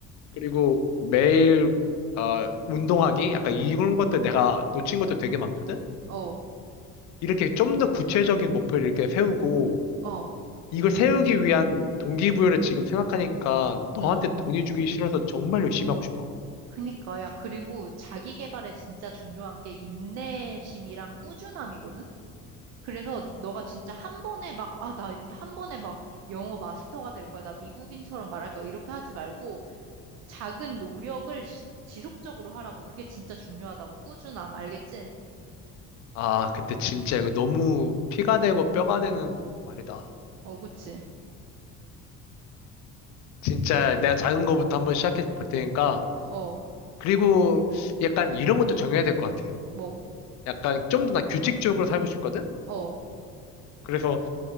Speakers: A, on the left; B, on the right.
A: 그리고 매일 어, 운동하기, 약간 이런 것들 내가 놓친 것도 되게 많거든?
B: 어,
A: 이렇게 좀 더 구체적인 목표를 이렇게 세우고
B: 어,
A: 이걸 세우기 위한 동기부여를 지금 생각하니까 너한테
B: 응.
A: 돈이 주기 싫어서 정말 열심히 하고 싶어.
B: 그니까, 야, 그리고 자기 개발에 진짜 중요한 게 인내심이랑 꾸준함이거든? 그래서 너가 진짜 한 번에 막, 아, 나 한 번에 막 영어 마스터가 될 거야. 나 미국인처럼 말할 거야. 이렇게 하지 말고, 작은 노력을 시- 지속적으로 하라고. 그게 진짜 중요하다고. 꾸준함, 알겠지?
A: 아, 근데 진짜 이거 너무 피가 되고 뼈가 되는 말이다.
B: 어, 그치.
A: 진짜 내가 작은 거부터 한번 시작해 볼 테니까.
B: 어,
A: 그리고 약간 이런 것도 정해야 될 것 같아.
B: 뭐,
A: 약간 좀 더 난 규칙적으로 살고 싶거든?
B: 어,
A: 그래서